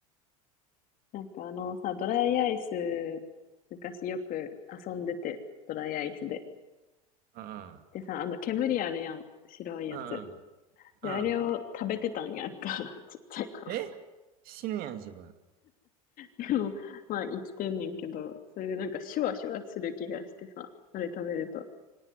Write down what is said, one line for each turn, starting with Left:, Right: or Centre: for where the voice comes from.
Left: なんかあのさ、ドライアイス、昔よく遊んでて、ドライアイスで。
Right: うん、うん、
Left: でさ、あの煙あるやん。白いやつ。
Right: うん、
Left: で、
Right: うん。
Left: あれを食べてたんやんか。<laughs> ちっちゃい頃。
Right: え死ぬやん、自分。
Left: でも、まあ生きてんねんけど、それでなんかシュワシュワする気がしてさ、あれ食べると。